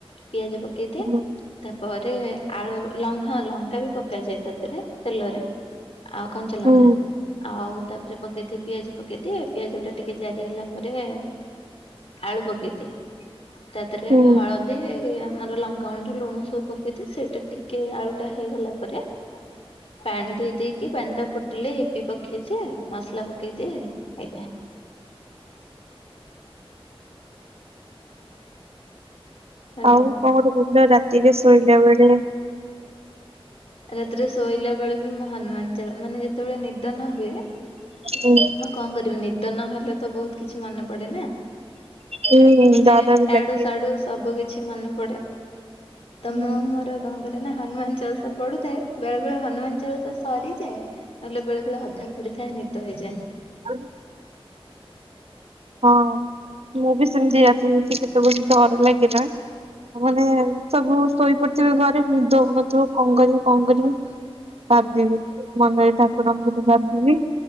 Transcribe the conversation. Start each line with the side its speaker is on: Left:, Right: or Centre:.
Left: ପିଆଜ ପକେଇଦିଏ।
Right: ହୁଁ
Left: ତାପରେ ଆଳୁ ଲ ହଁ ଲଙ୍କା ବି ପକାଯାଏ ତା ତିରେ ତେଲରେ। ଆଉ କଞ୍ଚା ଲଙ୍କା।
Right: ହୁଁ
Left: ଆଉ ତାତିରେ ପକେଇଦି ପିଆଜ ପକେଇଦିଏ ପିଆଜ ଟା ଟିକେ ଜାରି ହେଲା ପରେ ଆଳୁ ପକେଇଦିଏ ତାପରେ
Right: ହୁଁ
Left: ହଳଦୀ। ଦେ ଆମର ଲଙ୍କା ଗୁଣ୍ଡ ଲୁଣ ସବୁ ପକେଇଦେ ସେଇଟା ଟିକେ ଆଳୁଟା ହେଇଗଲା ପରେ ପାଣି ଦେଇ ଦେଇକି ପାଣି ଟା ଫୁଟିଲେ ପକେଇଦିଏ ମସଲା ପକେଇଦିଏ ଏହି ଯା। ହ୍ୟାଲୋ
Right: ଆଉ କଣ ଗୋଟେ କହୁଥିଲ ରାତିରେ ଶୋଇଲା ବେଳେ।
Left: ରାତିରେ ଶୋଇଲା ବେଳେ ବି ମୁଁ ହନୁମାନ ଚା ମାନେ ଯେତେବେଳେ ନିଦ ନ ହୁଏ।
Right: ହୁଁ।
Left: ଆଉ କଣ କରିବି ନିଦ ନହେଲେ ତ ବହୁତ କିଛି ମନେ ପଡ଼େ ନା।
Right: ହୁଁ ହୁଁ
Left: ମାନେ
Right: ଡର
Left: ଏଆଡୁ
Right: ବି ଲାଗେ।
Left: ସିଆଡୁ ସବୁ କି ଛି ମନେ ପଡେ ତ
Right: ହୁଁ
Left: ମୁଁ ମୋର କଣ କରେ ନା ହନୁମାନ ଚାଲିଶ୍। ପଢ଼ୁଥାଏ ବେଳେ ବେଳେ ହନୁମାନ ଚାଳିଶା ସରିଯାଏ ନହେଲେ ବେଳେ ବେଳେ ଅଧା ପଢ଼ିଥାଏ ନିଦ ହେଇଯାଏ।
Right: ଅଂ। ହଁ ମୁଁ ବି ସେମତି ରାତି ଉଠିକି କେତେ ପର୍ଯ ଡର ଲାଗେ ନା। ମାନେ ସବୁ ଶୋଇପଡ଼ିଥିବେ ଘରେ ନିଦ ହେଉନଥିବ କଣ କରିବି କଣ କରିବି। ଭାବିବି ମନରେ ଠାକୁରଙ୍କ କଥା ଭାବିବି